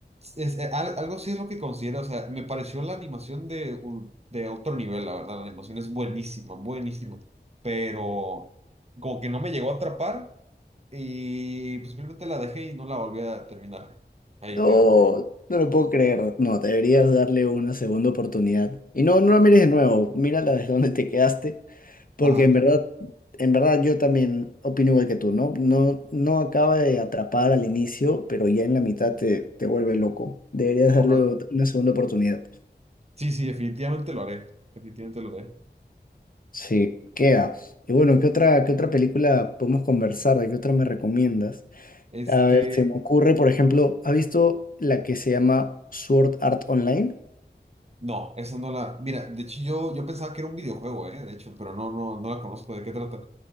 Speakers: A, on the right; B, on the left.
A: es- eh, al- algo así es lo que considero, o sea, me pareció la animación de, un- de otro nivel, la verdad, la animación es buenísima, buenísima, pero como que no me llegó a atrapar y pues simplemente la dejé y no la volví a terminar. Ahí
B: No,
A: quedó.
B: no lo puedo creer. No, deberías darle una segunda oportunidad. Y no, no la mires de nuevo. Mírala desde donde te quedaste. Porque
A: Ajá,
B: en verdad, en verdad yo también opino igual que tú, ¿no? No, no acaba de atrapar al inicio, pero ya en la mitad te, te vuelve loco. Deberías
A: órale.
B: darle ot- una segunda oportunidad.
A: Sí, sí, definitivamente lo haré, definitivamente lo haré.
B: Sí, queda. Y bueno, ¿qué otra, qué otra película podemos conversar? ¿De qué otra me recomiendas?
A: Este,
B: A ver, se me ocurre, por ejemplo, ¿has visto la que se llama Sword Art Online?
A: no, esa no la, mira, de hecho yo, yo pensaba que era un videojuego, eh, de hecho, pero no, no, no la conozco, ¿de qué trata?